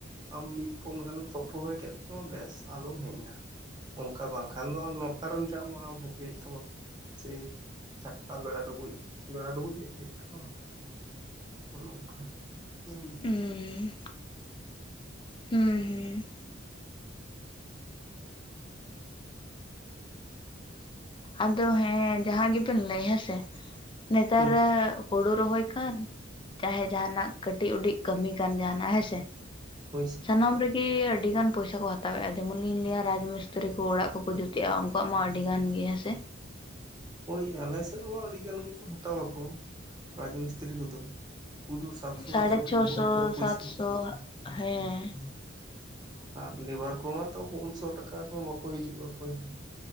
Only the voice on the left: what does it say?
ᱦᱩᱸ ᱦᱩᱸ ᱦᱩᱸ, ᱟᱫᱚ ᱦᱮᱸ ᱡᱟᱦᱟᱸ ᱜᱮ ᱵᱮᱱ ᱞᱟᱹᱭ ᱦᱮᱸᱥᱮ ᱱᱮᱛᱟᱨᱮᱻ
ᱦᱳᱲᱳ ᱨᱚᱦᱚᱭ ᱠᱟᱱ ᱪᱟᱦᱮ ᱡᱟᱦᱟᱱᱟᱜ ᱠᱟᱹᱴᱤᱡ ᱩᱰᱤᱡ ᱠᱟᱹᱢᱤ ᱠᱟᱱ ᱡᱟᱦᱟᱱᱟᱜ ᱦᱮᱸᱥᱮ,
ᱥᱟᱱᱟᱢ ᱨᱮᱜᱤ ᱟᱹᱰᱤ ᱜᱟᱱ ᱯᱚᱭᱥᱟ ᱠᱚ ᱦᱟᱛᱟᱣᱮᱜᱼᱟ ᱡᱮᱢᱚᱱ ᱞᱤᱧ ᱞᱟᱹᱭᱟ ᱨᱟᱡᱽ ᱢᱤᱥᱛᱤᱨᱤ ᱠᱚ ᱚᱲᱟᱜ ᱠᱚᱠᱚ ᱡᱩᱛ᱾ ᱛᱮᱜ-ᱟ ᱩᱱᱠᱩᱣᱟᱜ ᱢᱟ ᱟᱹᱰᱤ ᱜᱟᱱ ᱜᱮᱭᱟ ᱥᱮ?
ᱥᱟᱲᱮ
ᱪᱷᱚᱥᱚ
ᱥᱟᱛᱥᱚ ᱦᱮᱸ,